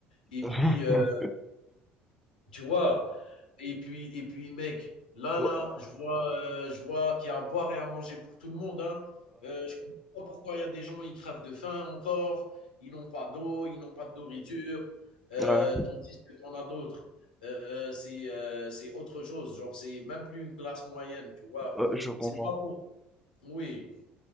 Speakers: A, on the left; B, in the centre.
A: Et
B: <laughs>
A: puis, euh, tu vois, et puis, et puis, mec, là,
B: Ouais,
A: là, je vois, euh, je vois qu'il y a à boire et à manger pour tout le monde. Hein. Euh, je comprends pas pourquoi il y a des gens ils crèvent de faim encore, ils n'ont pas d'eau, ils n'ont pas de nourriture, euh,
B: ouais,
A: tandis que t'en as d'autres. Euh, euh, c'est, euh, c'est autre chose, genre c'est même plus une classe moyenne, tu vois.
B: ouais, je comprends.
A: C'est pas pour. Oui,